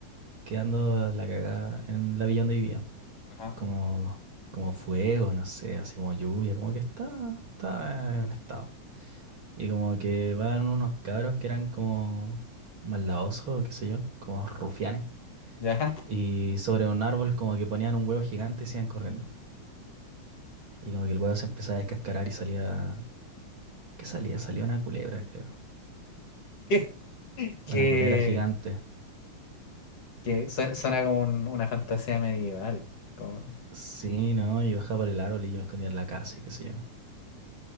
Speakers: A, on the right; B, on the left.
A: quedando la cagada en la villa donde vivía.
B: Ajá.
A: como, como fuego, no sé, así como lluvia, como que está, está en un estado. Y como que van unos cabros que eran como maldadosos, o qué sé yo, como rufianes.
B: ¿Ya?
A: Y sobre un árbol como que ponían un huevo gigante y se iban corriendo. Y como que el huevo se empezaba a descascarar y salía... ¿Qué salía? Salía una culebra, creo.
B: <laughs>
A: Una
B: Que,
A: culebra gigante.
B: que suena, suena como un- una fantasía medieval. como-
A: Sí, ¿no? Y bajaba por el árbol y yo me escondía en la casa y qué sé yo.